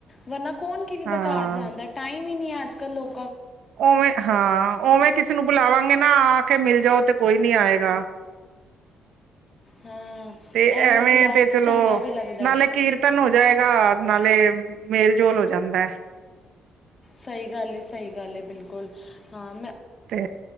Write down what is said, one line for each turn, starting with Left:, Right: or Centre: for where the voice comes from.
Left: ਵਰਨਾ ਕੌਣ ਕਿਸੇ
Right: ਹਾਂ
Left: ਦਾ ਘਰ ਜਾਂਦਾ ਟਾਈਮ ਵੀ ਨਹੀਂ ਅੱਜ ਕੱਲ ਲੋਕ
Right: ਉਵੇਂ ਹਾਂ ਉਵੇਂ ਕਿਸੇ ਨੂੰ ਬੁਲਾਵਾਂਗੇ ਨਾ ਆ ਕੇ ਮਿਲ ਜਾਓ ਤੇ ਕੋਈ ਨੀ ਆਏਗਾ
Left: ਹਾਂ
Right: ਤੇ ਐਵੇਂ
Left: ਬੁਲਾਓ
Right: ਤੇ ਚਲੋ
Left: ਚੰਗਾ ਵੀ ਲੱਗਦਾ
Right: ਨਾਲੇ
Left: ਹੈ
Right: ਕੀਰਤਨ ਹੋ ਜਾਏਗਾ ਨਾਲੇ ਮੇਲ ਜੋਲ ਹੋ ਜਾਂਦਾ।
Left: ਸਹੀ ਗੱਲ। ਸਹੀ ਗੱਲ ਹੈ ਬਿਲਕੁਲ। ਹਾਂ ਮੈਂ
Right: ਤੇ